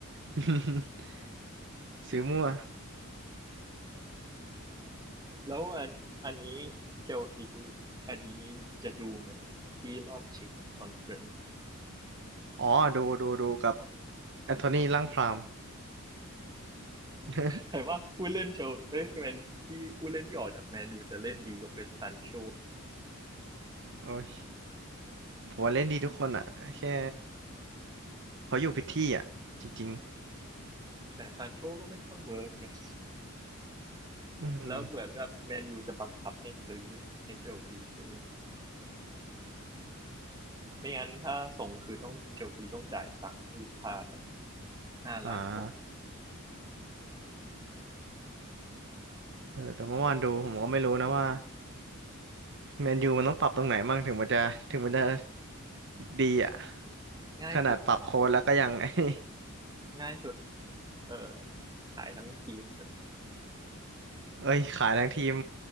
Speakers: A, on the right; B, on the right.
A: <laughs> ซื้อมั่ว
B: แล้วอันอันนี้เชลซีคิดว่าอันนี้จะดูไหมที่รอบชิงคอนเฟอเรนซ์
A: อ๋อดูดูดูกับแอน <laughs> โทนีล่างพราม <laughs>
B: แต่ว่าผู้เล่นเชลเอ้ยแมนที่ผู้เล่นที่ออกจากแมนยูจะเล่นดียกเป็นซานโช
A: โอ้ยผมว่าเล่นดีทุกคนอ่ะแค่เขาอยู่ผิดที่อ่ะจริง
B: แต่ซานโชก็ไม่ค่อยเวิร์กนะ
A: ๆอืม
B: แล้วเหมือนแบบแมนยูจะบังคับให้ซื้อให้เชลซีซื้อไม่งั้นถ้าส่งคือต้องเชลซีต้องจ่ายตังค์ให้ลูกค้าเลยห้าล้านปอนด์
A: อ่า
B: อืม
A: เออแต่เมื่อวานดูผมก็ไม่รู้นะว่าแมนยูมันต้องปรับตรงไหนบ้างถึงมันจะถึงมันจะดีอ่ะ
B: ง่ายสุด
A: ขนาดปรับโค้ดแล้วก็ยัง <laughs> ไอ้นี่
B: ง่ายสุดเอ่อขายทั้งทีม
A: เอ้ยขายทั้งทีม